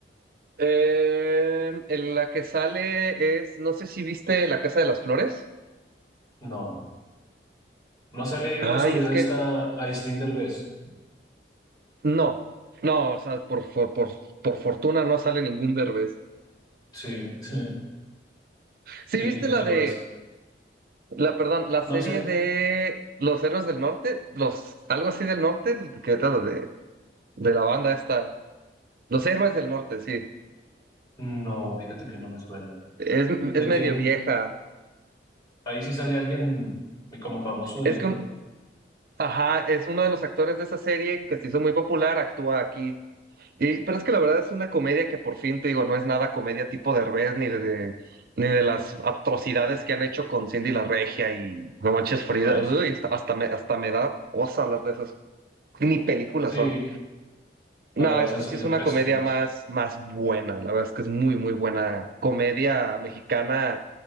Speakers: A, on the right (about 55°); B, on the left (about 20°).
A: Eh, en la que sale es, no sé si viste La Casa de las Flores.
B: No, no sale ahí de
A: Ay,
B: casualidad
A: es que
B: esta Aislinn Derbez.
A: no, no, o sea, por, por, por, por fortuna no sale ningún Derbez.
B: Sí, <laughs> sí,
A: Sí,
B: sí,
A: viste
B: fíjate
A: la de
B: la vez.
A: La, perdón, la serie
B: No, sí, dime.
A: de Los Héroes del Norte, los, algo así del norte, que trata de, de la banda esta. Los Héroes del Norte, sí.
B: no, fíjate que no me suena.
A: Es,
B: ¿De
A: es
B: quién?
A: medio vieja.
B: Ahí sí sale alguien como famoso de
A: Es
B: México.
A: con, ajá, es uno de los actores de esa serie que se hizo muy popular, actúa aquí. Y, pero es que la verdad es una comedia que por fin, te digo, no es nada comedia tipo Derbez ni de, ni de las atrocidades que han hecho con Cindy la Regia y No Manches Frida.
B: Ay, sí.
A: Uy, hasta me, hasta me da cosa hablar de esas. Ni películas
B: Sí,
A: son. No,
B: la verdad
A: esta
B: se han salido
A: sí es una
B: pésimos.
A: comedia más, más buena. La verdad es que es muy, muy buena comedia mexicana